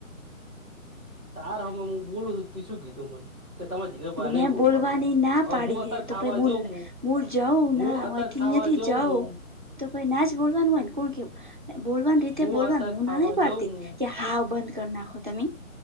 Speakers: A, in the centre; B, on the right.
A: તાર હમે હું બોલું છું, તું શું કીધું મને? કે તરે જીને
B: મેં
A: નહીં બોલવાનું.
B: બોલવાની ના
A: હવે
B: પાડી
A: હું અત્યાર
B: હે તો
A: ખાવા
B: પહી હું
A: જઉં.
B: હું જઉં
A: હું
B: ના અહીંથી
A: અત્યારે.
B: અહીંયાથી
A: ખાવા જઉં હું.
B: તો ના જ બોલવાનું હોયને, કોણ કે? બોલવાની રીતે
A: હું
B: બોલવાનું,
A: અત્યારે
B: હું
A: ખાવા
B: ના ન પાડતી
A: જઉં હું
B: કે, હાવ બંધ કરી નાખો તમે.